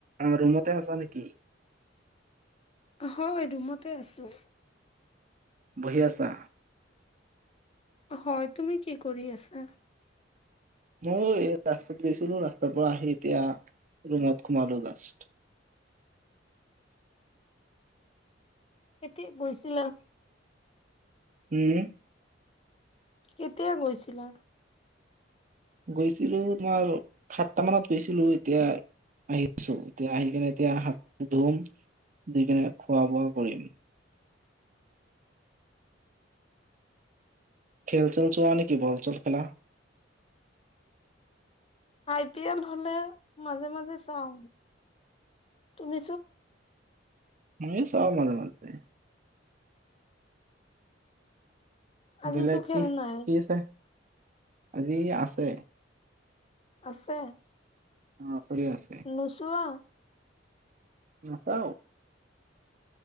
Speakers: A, on the right; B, on the left.
A: আহ' ৰুমতে আছা নেকি?
B: হয়-, ৰুমতে আছো।
A: বহি আছা?
B: হয়, তুমি কি কৰি আছা?
A: মই এই ৰাস্তাত গেইছিলো, ৰাস্তাৰ পৰা আহি এতিয়া ৰুমত খোমালো জাষ্ট।
B: এতে গৈছিলে। <unintelligible>
A: উম-'
B: কেতিয়া গৈছিলা?
A: গৈছিলো, তোমাৰ সাতটা মানত গৈছিলো এতিয়া আহিছো, এতিয়া আহি কিনে এতিয়া হাত মুখ ধুম, ধুই কেনে খোৱা বোৱা কৰিম। খেল-চেল চোৱা নেকি? বল চল খেলা?
B: আই পি এল হলে মাজে মাজে চাওঁ! তুমি
A: মই চাও মাজে-মাজে
B: আজিতো
A: বেলেগ
B: খেল
A: কিছ
B: নাই
A: কি আছে? আজি আছে
B: আছে
A: অ চলি আছে
B: নোচোৱা
A: নাচাঁও